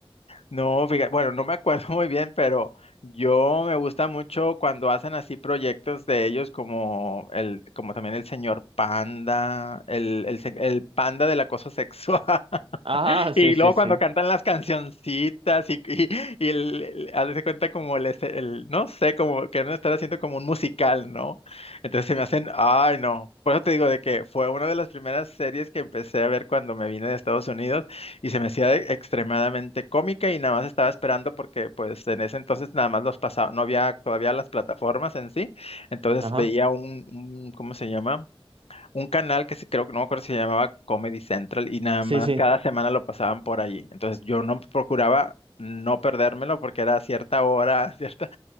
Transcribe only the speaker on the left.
No, fíjate, bueno, no me acuerdo <laughs> muy bien, pero yo me gusta mucho cuando hacen así proyectos de ellos como el, como también el señor panda, el, el, se- el panda de la cosa sexual. <laughs>
Y
luego
cuando cantan las cancioncitas y, y, y el, el- hazte cuenta como el, este- el- no sé, como que no estar haciendo como un musical, ¿no? Entonces se me hacen, ay no. Por eso te digo de que fue una de las primeras series que empecé a ver cuando me vine de Estados Unidos y se me hacía e- extremadamente cómica y nada más estaba esperando porque pues en ese entonces nada más los pasaba, no había todavía las plataformas en sí, entonces
veía un, un ¿cómo se llama? un canal que se, creo que no me acuerdo si se llamaba Comedy Central y nada
más
cada semana lo pasaban por allí. Entonces yo no procuraba no perdérmelo porque era a cierta hora, <laughs> cierta,